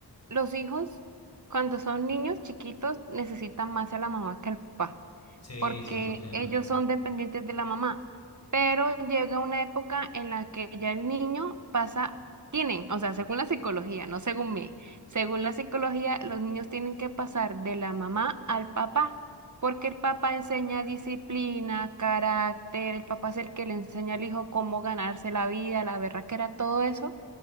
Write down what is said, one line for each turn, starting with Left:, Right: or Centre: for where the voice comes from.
Right: los hijos, cuando son niños chiquitos, necesitan más a la mamá que al papá,
Left: Sí,
Right: porque
Left: cien por ciento
Right: ellos son dependientes de la mamá. Pero llega una época en la que ya el niño pasa, tienen, o sea, según la psicología, no según mí, según la psicología, los niños tienen que pasar de la mamá al papá, porque el papá enseña disciplina, carácter, el papá es el que le enseña al hijo cómo ganarse la vida, la berraquera, todo eso.